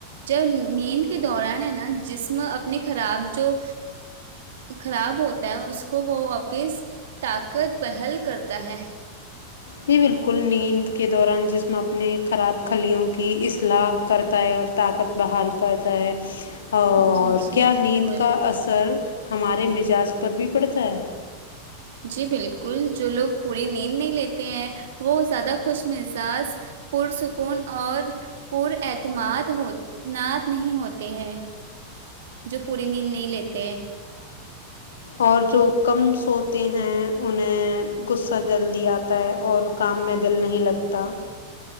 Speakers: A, on the right (about 60°); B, on the left (about 65°).
A: جب نیند کے دوران ہے نہ جسم اپنی خراب جو خراب ہوتا ہے اس کو وہ واپس طاقت بحل کرتا ہے
B: جی بالکل نیند کے دوران جسم اپنے خراب خلیوں کی اصلاح کرتا ہے اور طاقت بحال کرتا ہے اور
A: جی جی
B: کیا
A: بالکل
B: نیند کا اثر ہمارے مزاج پر بھی پڑتا ہے
A: جی بالکل جو لوگ پوری نیند نہیں لیتے ہیں وہ زیادہ خوش مزاج پرسکون اور پر اعتماد ناد نہیں ہوتے ہے جو پوری نیند نہیں لیتے
B: اور جو کم سوتے ہیں انہیں غصہ جلدی آتا ہے اور کام میں دل نہیں لگتا